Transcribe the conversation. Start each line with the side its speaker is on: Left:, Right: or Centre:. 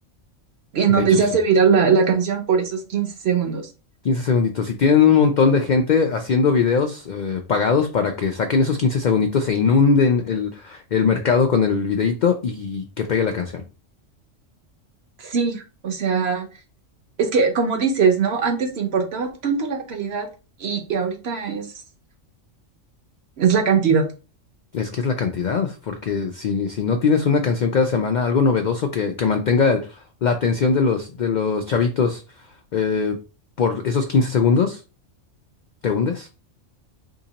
Right: en
Left: De
Right: donde
Left: hecho,
Right: se
Left: sí.
Right: hace viral la, la canción por esos 15 segundos.
Left: quince segunditos. Si tienen un montón de gente haciendo videos eh, pagados para que saquen esos 15 segunditos e inunden el, el mercado con el videíto y que pegue la canción.
Right: Sí, o sea, es que como dices, ¿no? Antes te importaba tanto la calidad y, y ahorita es, es la cantidad.
Left: Es que es la cantidad, porque si, si no tienes una canción cada semana, algo novedoso que, que mantenga el- la atención de los, de los chavitos eh, por esos 15 segundos, te hundes,